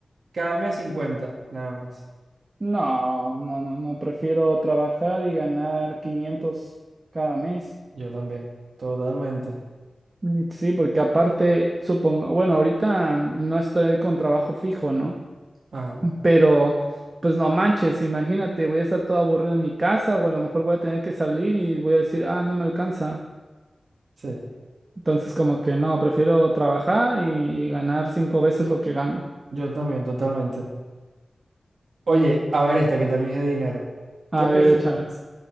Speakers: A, on the right; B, on the right.
A: cada mes 50 nada más.
B: No, no, no, no, prefiero trabajar y ganar 500 cada mes.
A: Yo también, totalmente.
B: Mm, Sí, porque aparte, supongo, bueno, ahorita mm, no estoy con trabajo fijo, ¿no?
A: Ajá,
B: Pero, pues no manches, imagínate, voy a estar todo aburrido en mi casa o a lo mejor voy a tener que salir y voy a decir, ah, no me alcanza.
A: sí,
B: Entonces, como que no, prefiero trabajar y, y ganar cinco veces lo que gano.
A: yo también, totalmente. Oye, a ver esta que también es de dinero.
B: A
A: ¿Qué prefieres?
B: ver, échala.